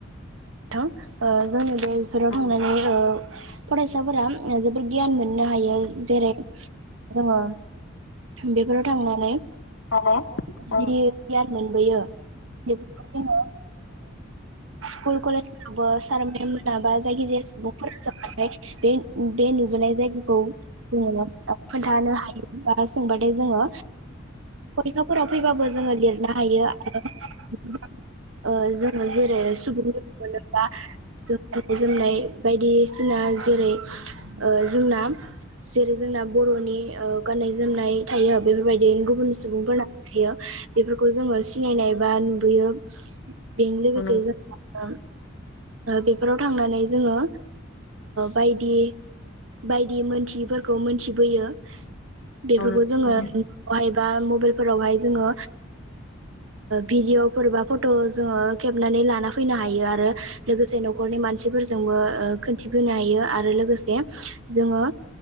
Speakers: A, on the right; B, on the left.
A: थां जोंनि बे बेफोराव
B: औ
A: थांनानै फरायसाफोरा जोबोर गियान मोननो हाय जेरै जोङो बेफोराव थांनानै
B: औ औ
A: जि गियान मोनबोयो बेफोरखौ जोङो स्कुल कलेजफ्रावबो सार मेम मोनाबा जायखिजाया सुबुंफोरा जाबाथाय बे बे नुबोनाय जायगाखौ जोङो मा खोन्थानो हायो बा सोंबाथाय जोङो फरिखाफोराव फैबाबो जोङो लिरनो हायो आरो जों जेरै सुबुंफोर मोनोबा गाननाय जोमनाय बायदिसिना जेरै ओ जोंना जेरै जोंना बर'नि गाननाय जोमनाय थायो। बेफोरबायदि गुबुन सुबुंफोरा थायो बेफोरखौ जोङो सिनायनाय बा नुबोयो। बेनो लोगोसे
B: नंगौ
A: जों बेफोराव थांनानै जोङो बायदि बायदि मोनथियिफोरखौ मोनथिबोयो। बेफोरखौ
B: औ नंगौ
A: जोङो बहायबा मबाइल फोरावहाय जोङो भिडिअफोर बा फट' जोङो खेबनानै ला फैनो हायो आरो लोगोसे न'खरनि मानसिफोरजोंबो खोन्थिफैनो हायो आरो लोगोसे जोङो।